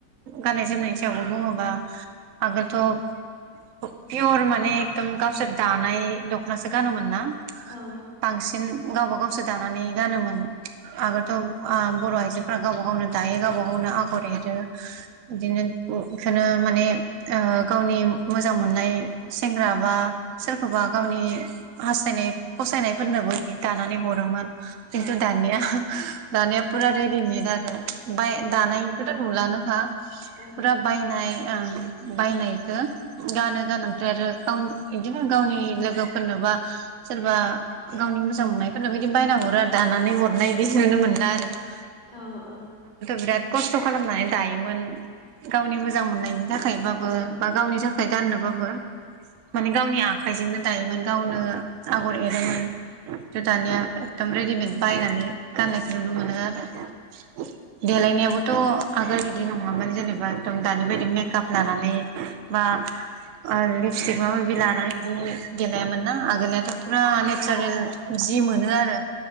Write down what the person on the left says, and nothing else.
औ
औ
ओहो
औ
औ औ।
औ
औ
औ